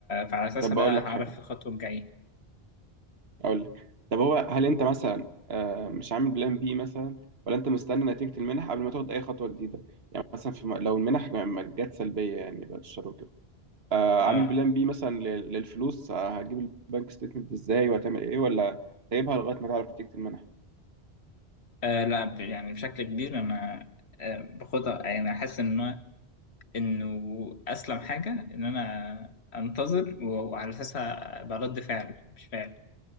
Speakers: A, on the left; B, on the right.
A: فعلى أساسها
B: طب بقول
A: بقى
B: لك
A: هعرف
B: حاجة
A: في الخطوة الجاية
B: اقول لك طب هو هل انت مثلا آه، مش عامل بلان بي مثلا ولا انت مستني نتيجة المنح قبل ما تاخد اي خطوة جديدة يعني مثلا في م- لو المنح ما ما جت سلبية يعني بعد الشر وكده آه،
A: قول.
B: عامل بلان بي مثلا لل- للفلوس آه، هتجيب البنك ستيتمنت ازاي وهتعمل ايه ولا سايبها لغاية ما تعرف نتيجة المنح
A: آه لا ب- يعني بشكل كبير انا آه باخدها يعني احس ان هو- انه اسلم حاجه ان انا انتظر و- وعلى اساسها أبقى رد فعل مش فعل